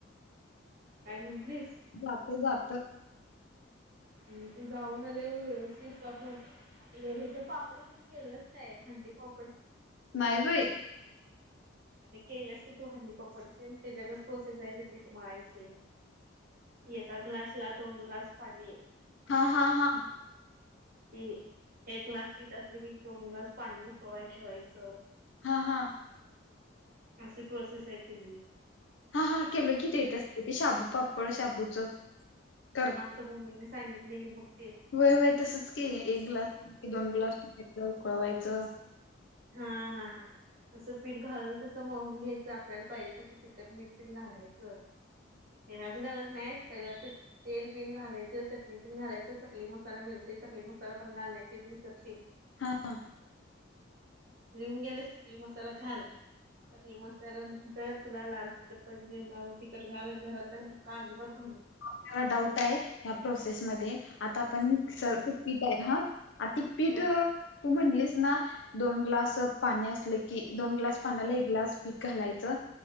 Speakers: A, on the right; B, on the left.
A: काय म्हटलीस?
B: जातं जातं.
A: आणि ते जाऊन आले व्यवस्थित पापड. आपलं हयाच पापड कधी केलंयच काय हंडी पापड??
B: नाही बाई.
A: अगं केल्यास, की तू हंडी पापड सेम त्याजागद प्रोसेस आहे, ह्याज पिट मळायची. एका ग्लासला दोन ग्लास पाणी.
B: हां हां हा
A: ती एक ग्लास पीत असलं की, दोन ग्लास पाणी उकळवाया ठेवायचं.
B: हां हां.
A: असं प्रोसेस हाय, त्यांनी
B: हां हां केलोय की ते तसलं, ते शाबू पापड, शाबूच कर-
A: तुमच्या मम्मीने सांगितलेली बघ ते-
B: होय होय तसचं की, एक ग्लास पिठी, दोन ग्लास मैदा उकळवायचं.
A: हां हां, जसं पीठ घाललं तसं ट्ट मळून घ्यायचं, आपल्याला पाहिजे तसं तिखट मीठ ते घालायचं, तेलात घालायचं नाही. पहिला तेत तेलपीन घालायचं, चटणीपीन घालायचं, चकली मसाला मिळतोय, चकली मसाला पण घाल नाही तर तेचं विसरशील
B: हां हां.
A: लिहून घ्याल्यास चकली मसाला घाल, चकली मस त्यानंतर तुला लाल तिखट पाहिजे, लाल तिकट घाल, घरातला बुक्का अजिबात घालू नक
B: त्याला डाऊट आहे, ह्या प्रोसेस मधे, आता आपण सर पीट पीट आहे, हं. आती पीठ
A: हा
B: अ तू म्हणलीस ना, दोन ग्लास पाणी असलं की, दोन ग्लास पाण्याला एक ग्लास पीठ घालायचं,